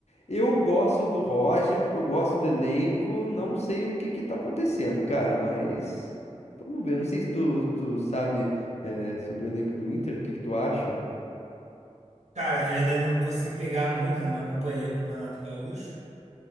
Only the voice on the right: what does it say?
Cara, eu ainda não consegui pegar muito, né? Não acompanhei o Campeonato Gaúcho,